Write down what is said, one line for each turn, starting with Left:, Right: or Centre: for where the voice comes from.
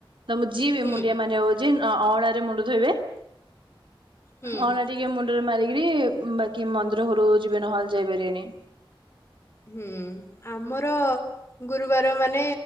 Right: ତମେ ଯିଏବି
Left: ହୁଁ
Right: ମୁଣ୍ଡିଆ ମାରିବାକୁ ଜିନ୍। ଅ ଅଁଳାରେ ମୁଣ୍ଡ ଧୋଇବେ। <inaudible>
Left: ହୁଁ।
Right: ଅଁଳା ଟିକେ ମୁଣ୍ଡରେ ମାରିକିରି ବାକି ମନ୍ଦିର ଘରୁ ଯିବେ ନହେଲେ ଯାଇପାରିବେନି।
Left: ହୁଁ ଆମର ଗୁରୁବାର ମାନେ